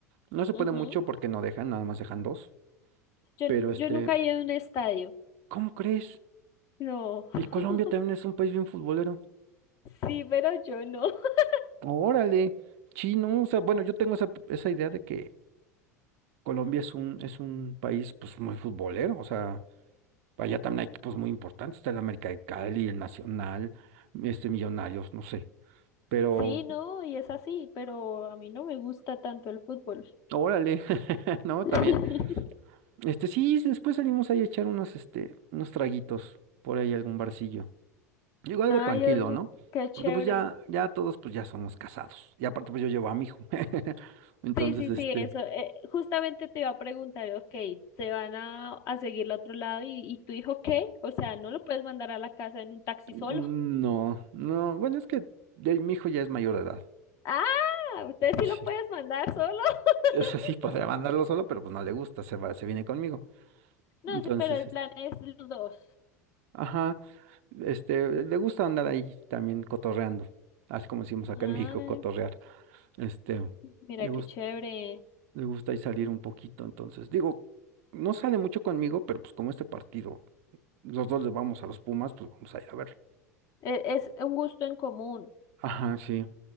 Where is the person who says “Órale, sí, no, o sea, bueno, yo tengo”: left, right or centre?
Right